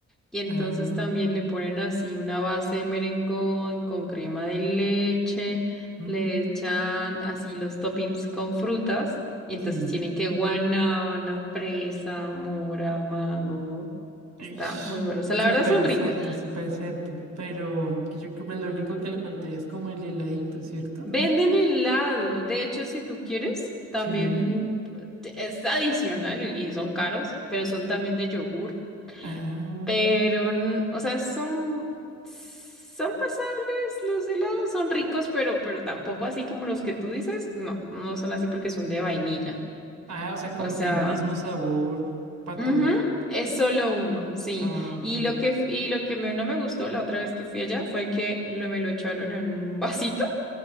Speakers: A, in the centre; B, on the right (about 60°).
A: Y entonces
B: Ah,
A: también le ponen así una base de merengón con crema de leche,
B: mm,
A: le echan así los toppings con frutas. Y entonces
B: sí.
A: tienen que guanábana, fresa, mora, mango. Está
B: Ish.
A: muy bueno. O sea, la
B: Se
A: verdad
B: parece
A: son ricos.
B: harto, se parece harto. Pero que yo creo que lo único que le faltaría es como el heladito, ¿cierto?
A: Venden helado. De hecho, si tú quieres, también
B: Sí.
A: te- es adicional y son caros, pero son también de yogur.
B: Ah,
A: Pero, n- o sea, son, son pasables los helados, son ricos, pero, pero tampoco así como los que tú dices. No, no son así porque son de vainilla.
B: ah, o sea, como
A: O sea,
B: que el mismo sabor para
A: ujú,
B: todos.
A: es solo uno, sí.
B: Ah, ok.
A: Y lo que, f- y lo que me- no me gustó la otra vez que fui allá fue que lo, me lo echaron en un vasito.